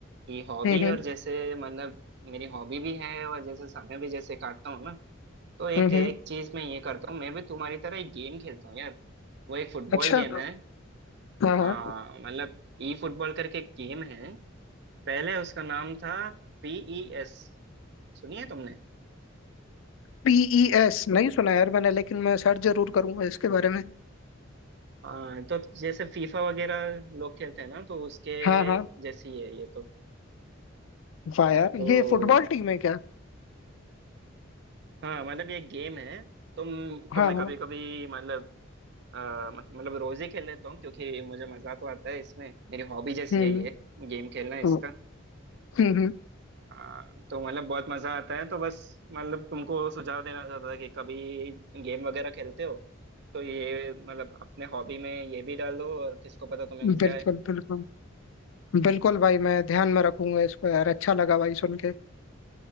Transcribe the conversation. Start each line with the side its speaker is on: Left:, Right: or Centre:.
Right: कि हॉबी
Left: हम्म हम्म
Right: और जैसे मतलब मेरी हॉबी भी है और जैसे समय भी जैसे काटता हूँ ना तो एक
Left: हम्म
Right: एक
Left: हम्म।
Right: चीज मैं ये करता हूँ मैं भी तुम्हारी तरह एक गेम खेलता हूँ यार वो एक फुटबॉल
Left: अच्छा
Right: गेम है
Left: हाँ हाँ
Right: हाँ मतलब ई फुटबॉल करके एक गेम है पहले उसका नाम था पीई एस सुनिए तुमने
Left: पीईएस नहीं सुना यार मैंने लेकिन मैं सर्च जरूर करूंगा इसके बारे में
Right: हाँ तो जैसे फीफा वगैरह लोग खेलते हैं ना तो उसके
Left: हाँ हाँ
Right: जैसी है ये तो
Left: वाह यार
Right: तो
Left: ये फुटबॉल टीम है क्या
Right: हाँ मतलब ये गेम है तो तो
Left: हाँ
Right: मैं
Left: हाँ
Right: कभी कभी मतलब अ, मतलब रोज ही खेल लेता हूँ क्योंकि मुझे मजा तो आता है इसमें मेरी हॉबी जैसी
Left: हम्म
Right: है ये गेम खेलना इसका
Left: हम्म हम्म हम्म।
Right: हाँ तो मतलब बहुत मजा आता है तो बस मतलब तुमको सुझाव देना चाहता था कि कभी गेम वगैरह खेलते हो तो ये मतलब अपने हॉबी में ये भी डाल दो और किसको पता तुम्हें मजे
Left: बिल्कुल
Right: आए
Left: बिल्कुल बिल्कुल भाई मैं ध्यान में रखूंगा इसको यार अच्छा लगा भाई सुन के